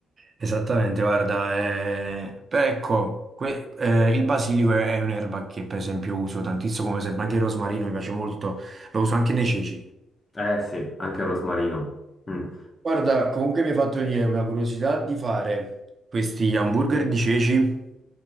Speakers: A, on the right (about 40°); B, on the left (about 25°).
A: Esattamente, guarda, eh, però ecco, que- eh, il basilico è, è un'erba che per esempio uso tantissimo, come esempio anche il rosmarino mi piace molto, lo uso anche nei ceci.
B: Eh sì, anche il rosmarino. Mm.
A: Guarda, comunque mi hai fatto venire una curiosità di fare questi hamburger di ceci.